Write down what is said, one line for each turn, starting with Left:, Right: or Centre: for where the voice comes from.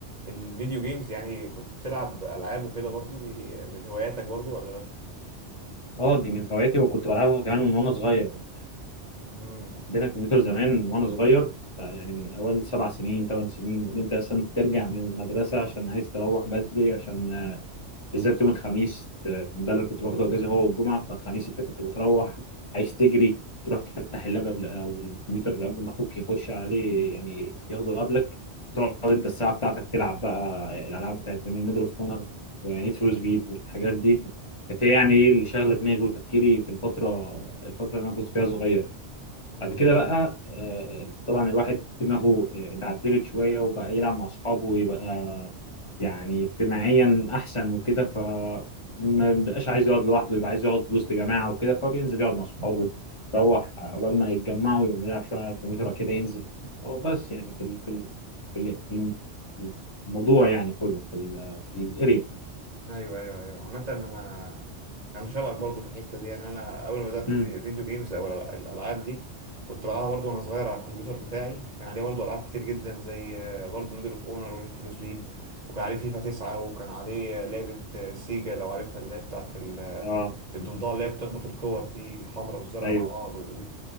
Right: الفيديو جيمز يعني كنت بتلعب العاب وكده برضو دي من هواياتك برضو ولا لا
Left: اه دي من هواياتي وكنت بلعبها كمان من وانا صغير يعني
Right: امم
Left: عندنا كمبيوتر زمان من وانا صغير ف- يعني من اول سبع سنين ثمان سنين ان انت اصلا ترجع من المدرسه عشان عايز تروح بدري عشان بالذات يوم الخميس آه، ده اللي كنت باخده اجازه هو والجمعه فالخميس انت كنت بتروح عايز تجري تروح تفتح اللاب قبل او الكمبيوتر قبل ما اخوك يخش عليه يعني ياخده قبلك تقعد انت الساعه بتاعتك تلعب بقى الالعاب بتاعت زمان ميدل اوف اونر ونيد فور سبيد والحاجات دي كانت هي يعني ايه اللي شاغله دماغي وتفكيري في الفتره الفتره اللي انا كنت فيها صغير
Right: امم
Left: بعد كده بقى آه، طبعا الواحد دماغه آه، اتعدلت شوية وبقى يلعب مع أصحابه ويبقى يعني اجتماعيا أحسن وكده ف ما بقاش عايز يقعد لوحده يبقى عايز يقعد وسط جماعة وكده فبينزل يقعد مع أصحابه يروح قبل ما يتجمعوا يقوم يلعب شوية على الكمبيوتر كده ينزل هو بس يعني في ال- في ال- في ال- في ال- الموضوع يعني كله في ال في الاريا
Right: ايوه ايوه ايوه عامه انا انا شبهك برضو في الحته دي يعني انا اول ما بدات
Left: امم
Right: في فيديو جيمز او الأ- الالعاب دي كنت بلعبها برضو وانا صغير على الكمبيوتر بتاعي كان عليه برضو العاب كتير جدا زي آه، برضو موديل اوف اونر ونيد فور سبيد وكان عليه فيفا 9 وكان عليه آه، لعبه آه، سيجا لو عارفها اللي هي بتاعت
Left: اه
Right: الضفدعة اللي هي بتخبط الكور دي الحمراء والزرقاء
Left: ايوه
Right: مع بعض ودي